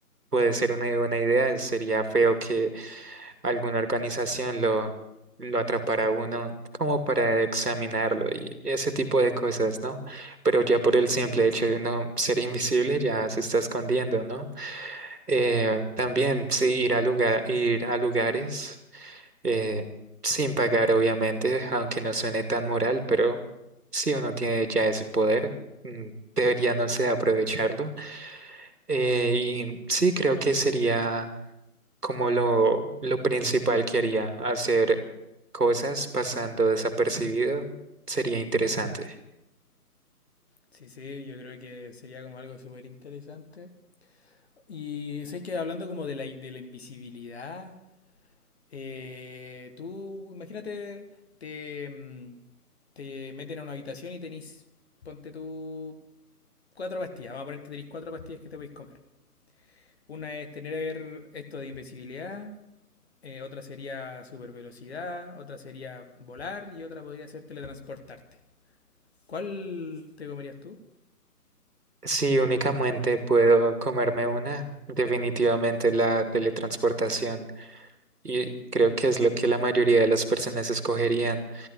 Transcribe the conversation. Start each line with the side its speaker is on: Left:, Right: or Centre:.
Right: puede ser una buena idea, sería feo que alguna organización lo, lo atrapará a uno como para examinarlo y ese tipo de cosas, ¿no? Pero ya por el simple hecho de uno ser invisible ya se está escondiendo, ¿no? Eh, también sí, ir a lugar, ir a lugares eh, sin pagar, obviamente, aunque no suene tan moral, pero si uno tiene ya ese poder, mm, debería, no sé, aprovecharlo. Eh, y sí, creo que sería como lo, lo principal que haría, hacer cosas pasando desapercibido, sería interesante.
Left: Sí, sí, yo creo que sería como algo súper interesante. Y sé que hablando como de la, in- de la invisibilidad, eh, tú imagínate, te, mm, te meten a una habitación y tenís, ponte tú, cuatro pastillas, vamos a poner que tenéis cuatro pastillas que te podéis comer. Una es tener esto de invisibilidad, eh, otra sería supervelocidad, otra sería volar y otra podría ser teletransportarte. ¿Cuál te comerías tú?
Right: Si únicamente puedo comerme una, definitivamente la teletransportación. Y creo que es lo que la mayoría de las personas escogerían.